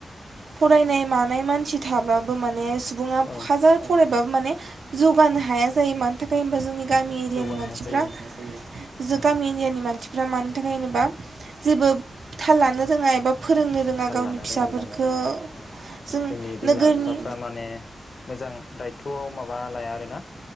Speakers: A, on the right (about 80°); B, on the left (about 60°).
A: फरायनाय मानाय मानसि थाब्लाबो माने सुबुं बुङा
B: औ
A: हाजार फरायबाबो माने जौगानो हाया जायो मान थाखाय होनबा जोंनि गामि एरियानि
B: जौगानो
A: मानसिफ्रा
B: हाया जायो
A: जों गामि एरियानि मानसिफ्रा मानो थाखाय होनोबा जेबो थाल लानो रोङा एबा फोरोंनो रोङा
B: थाल
A: गावनि
B: लानो
A: फिसाफोरखो,
B: रोङा औ उम
A: जों
B: जोंनि बिमा
A: नोगोरनि
B: बिफाफ्रा माने मोजां दायथ'आव माबा लाया आरोना